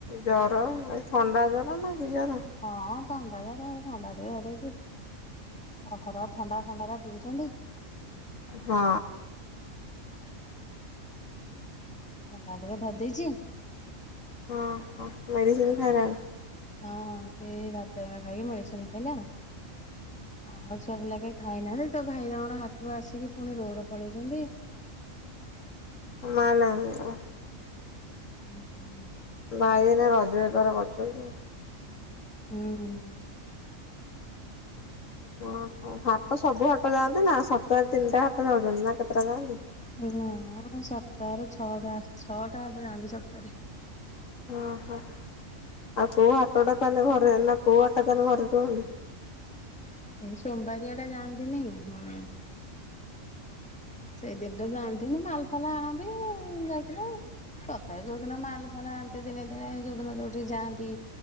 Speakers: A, on the left (about 70°); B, in the centre.
A: ଜର ଏ ଥଣ୍ଡା ଜର ନା କି ଜର?
B: ହଁ ଥଣ୍ଡା ଜର। ଥଣ୍ଡା ଟିକେ ଧରିଦେଇଚି। ଅହରହ ଥଣ୍ଡା ଫଣ୍ଡା ରା ପିଉଛନ୍ତି।
A: ହଁ।
B: ଥଣ୍ଡା ଟିକେ ଧରି ଦେଇଚି।
A: ହଁ ହଁ। ମେଡ଼ିସିନ୍ ଖାଇଲାଣି?
B: ହଁ ସିଏ ଏ ଇ ଭାତା ଏଇନା ଖାଇକି ମେଡିସିନ ଖାଇଲା। ଆ ଛୁଆ ପିଲା କେହି ଖାଇନାହାନ୍ତି ତୋ ଭାଇ ତାଙ୍କର ହାଟରୁ ଆସିକି ପୁଣି ରୋଡ୍ ପଳେଇଛନ୍ତି।
A: ମାଲ୍ ଆଣିବାକୁ।
B: ହ ହୁ <unintelligible>
A: ଭାଇ ଏଇନା ରଜ ବେପାର କରୁଚନ୍ତି ଆଉ।
B: ହୁଁ ହୁଁ।
A: ଓହୋ ହାଟ ସବୁ ହାଟ ଯାଆନ୍ତି ନା ସପ୍ତାହରେ ତିନିଟା ହାଟ ଯାଉଛନ୍ତି ଆଉ କେତେଟା ଯାଆନ୍ତେ?
B: ନା <unintelligible> ସପ୍ତାହରେ ଛଅଟା ଛଅଟା ହାଟ ଯାଆନ୍ତି ସପ୍ତାହରେ?
A: ଅ ହୋ। ଆଉ କୋଉ ହାଟ ଟା ତାହେଲେ ଘରେ ନା କୋଉ ହାଟ ଟା ତାହେଲେ ଘରେ ରୁହନ୍ତି?
B: ଏଇ ସୋମବାରିଆ ଟା ଯାଆନ୍ତିନି। ହୁଁ। ସେଇଦିନ ଟା ଯାଆନ୍ତିନି ମାଲ୍ ଫାଲ୍ ଆଣନ୍ତି ଯାଇଥିଲେ। ତଥାପି ଯୋଉଦିନ ମାଲ୍ ଫାଲ୍ ଆଣିତେ ଦିନେ ଦିନେ ଯୋଉ ଦିନ ଯୋଉଠି ଯାଆନ୍ତି।